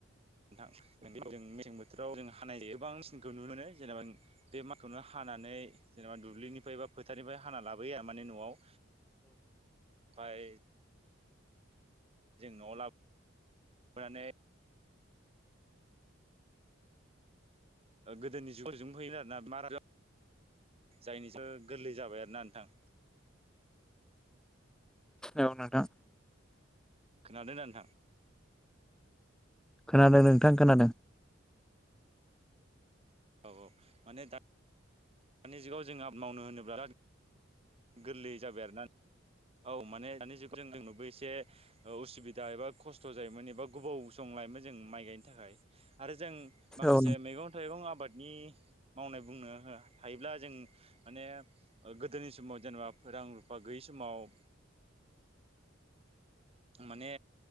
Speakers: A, on the right; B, in the centre.
A: नोंथां जों मेसें बोथोराव जों हानाय गोबांसिनखौ नुनो मोनो जेनेबा बे माखौनो हा नानै जेनेबा दुब्लिनिफ्राय बा फोथारनिफ्राय हाना लाबोया माने न'आव। फाय जों न'आव लाबो बोनानै गोदोनि जुग फैयोन आरोना मार जायनिसो गोरलै जाबाय आरोना नोंथां
B: औ नोंथां
A: खोनादों दा नोंथां
B: खोनादों नोंथां खोनादों
A: औ औ माने दा दानि जुगाव जोङो आबाद मावनो होनोबा बिराद गोरलै जाबाय आरोना औ माने दानि जुग जों बो एसे उसुबिदा एबा खस्थ' जायोमोन एबा गोबाव सम लायोमोन जों माइ गायनो थाखाय आरो जों माखासे
B: औ
A: मैगं थाइगं आबाद नि मावनाय बुंनो हायोब्ला जों माने गोदोनि समाव जेनेबा रां रुफा गैयि समाव माने